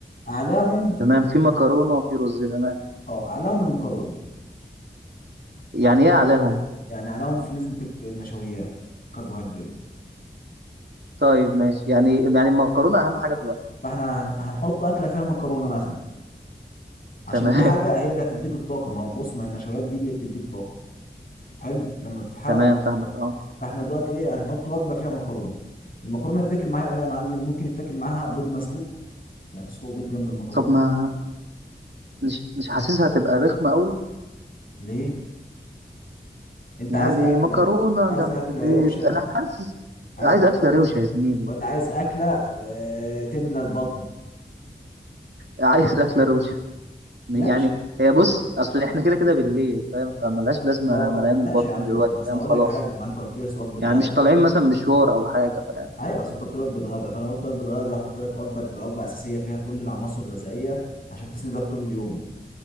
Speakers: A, on the left (about 55°); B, on the right (about 75°).
A: اعلاهم
B: تمام في مكرونه وفي رز تمام
A: اه اعلاهم المكرونه
B: يعني ايه عليهم
A: يعني اعلاهم في نسبه الك- النشويات كربوهيدرات
B: طيب ماشي يعني يعني المكرونه اهم حاجه دلوقتي
A: فاحنا هن- هنحط اكله فيها مكرونه مثلا عشان
B: تمام
A: دي حاجه
B: <laughs>
A: هي اللي هتديك الطاقه ما هو بص ما النشويات دي اللي بتديك طاقه حلو لما بتتحرق
B: تمام
A: بتديك
B: فاهمك
A: طاقه
B: اه
A: فاحنا دلوقتي ايه هنحط وجبه فيها مكرونه المكرونه تتاكل معاها ايه بقى يا معلم ممكن يتاكل معاها بيض مسلوق يعني تسلق بيض جنب المكرونه
B: طب ما مش مش حاسسها هتبقى رخمه قوي
A: ليه انت
B: يعني
A: عايز اكله
B: مكرونة
A: عايز
B: جنب
A: اكله
B: بيض
A: روشه
B: أنا حاسس
A: عايز
B: عايز
A: اكله
B: أكلة روشة
A: روشه
B: يا زميلي
A: ولا عايز اكله اه تملى البطن
B: عايز أكلة روشة م-
A: ماشي
B: يعني هي بص أصل إحنا كده كده بالليل فاهم فملهاش لازمة
A: اه
B: مليان
A: ماشي
B: البطن
A: يا عم
B: دلوقتي
A: اصل
B: فاهم
A: هقول
B: خلاص
A: لك حاجه ما انت قلت لي وجبه
B: يعني
A: غدا
B: مش طالعين مثلا مشوار أو حاجة فاهم
A: ايوه اصل انت قلت لي وجبه غدا فانا قلت وجبه غدا دي هحط لك وجبه تبقى وجبه اساسيه فيها كل العناصر الغذائيه عشان تسندك طول اليوم